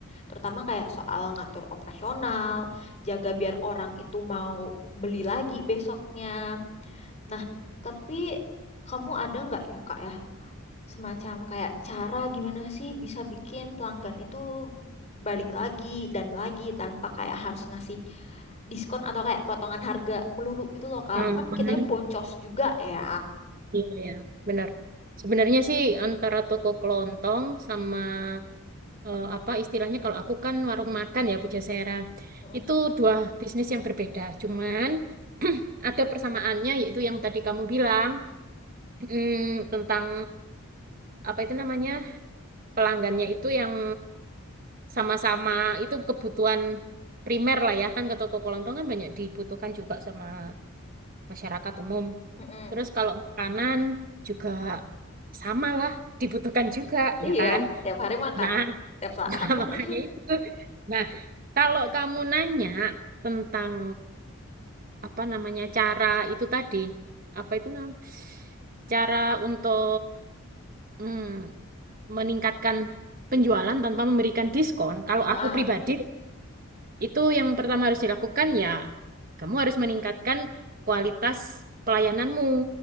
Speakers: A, on the left; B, on the right.
A: terutama kayak soal ngatur operasional jaga biar orang itu mau beli lagi besoknya nah tapi kamu ada nggak ya kak ya semacam kayak cara gimana sih bisa bikin pelanggan itu balik lagi dan lagi tanpa kayak harus ngasih diskon atau kayak potongan harga melulu gitu loh Kak.
B: Hmm.
A: Kan
B: hmm.
A: kita Hmm. boncos juga ya.
B: Iya, iya. Benar. Sebenarnya sih antara toko kelontong sama eh, apa istilahnya kalau aku kan warung makan ya Pujasera.
A: Mm-mm.
B: Itu dua bisnis yang berbeda. Cuman <clears throat> ada persamaannya yaitu yang tadi kamu bilang mm, tentang apa itu namanya pelanggannya itu yang sama-sama itu kebutuhan primer lah ya kan ke toko kelontong kan banyak dibutuhkan juga sama masyarakat umum.
A: Mm-mm.
B: Terus kalau makanan juga sama lah, dibutuhkan juga,
A: Iya,
B: ya kan?
A: tiap hari makan,
B: Nah,
A: tiap
B: <laughs>
A: saat.
B: nah
A: <laughs>
B: makanya itu. Nah, kalau kamu nanya tentang apa namanya cara itu tadi, apa itu namanya? Cara untuk mm, meningkatkan penjualan tanpa memberikan diskon. Kalau
A: Ah,
B: aku pribadi, itu yang pertama harus dilakukan ya, kamu harus meningkatkan kualitas pelayananmu.